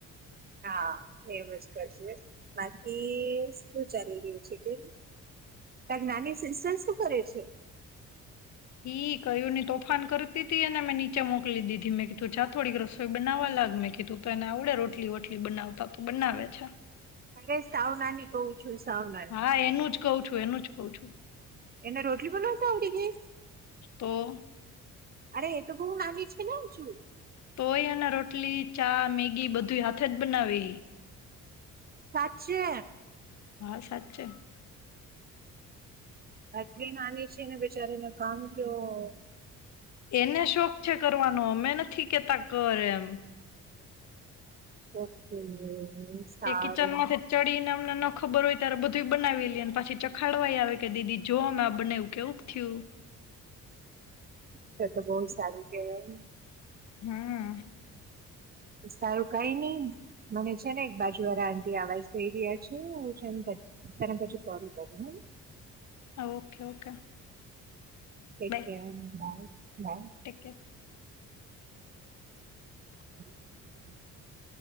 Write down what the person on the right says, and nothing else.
હા એમજ કરશે બાકી શું ચાલી રહ્યું છે કે. તારી નાની સિસ્ટર શું કરે છે?
અરે સાવ નાની ક્વ છું સાવ નાની.
એને રોટલી બનાવતા આવડી ગઈ?
અરે એ તો બહુ નાની છે ને હજુ.
સાચે?
આટલી નાની છે ને બેચારિને કામ કયો હો.
ઓકે. સારું
તે તો બહુ સારું કેવાય.
સારું કઈ નહી મને છે ને એક બાજુ વાળા આંટી અવાજ દઈ રહ્યા છે. હું છેન તને પછી કોલ કરું હે.
કઈક
કેન ભાઈ લાઇન.
<inaudible>